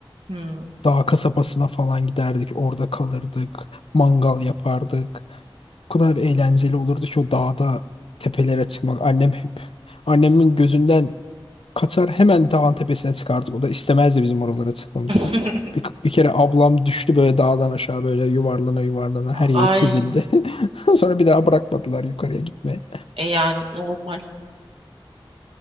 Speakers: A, on the right; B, on the left.
A: Hmm.
B: dağ kasabasına falan giderdik. Orada kalırdık. Mangal yapardık. O kadar eğlenceli olurdu ki o dağda tepelere çıkmak. Annem hep annemin gözünden Katar hemen dağın tepesine çıkardık. O da istemezdi bizim oralara çıkmamızı.
A: <laughs>
B: Bir, bir kere ablam düştü böyle dağdan aşağı böyle yuvarlana yuvarlana her yeri
A: Ay
B: çizildi. <laughs> Sonra bir daha bırakmadılar yukarıya gitmeye.
A: e yani normal.